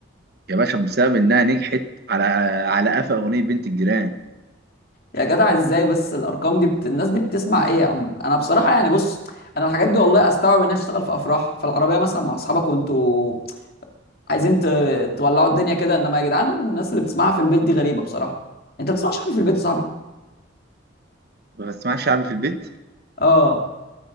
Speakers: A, on the right; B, on the left.
A: يا باشا بسبب انها نجحت على على قفا اغنيه بنت الجيران
B: يا جدع ازاي بس الارقام دي بت... الناس دي بتسمع ايه يا عم انا بصراحه يعني بص انا الحاجات دي والله استوعب انها تشتغل في افراح في العربيه مثلا مع اصحابك وانتوا عايزين ت... تولعوا الدنيا كده انما يا جدعان الناس اللي بتسمعها في البيت دي غريبه بصراحه انت بتسمعش حاجه في البيت يا صاحبي
A: ما بسمعش شعبي في البيت
B: اه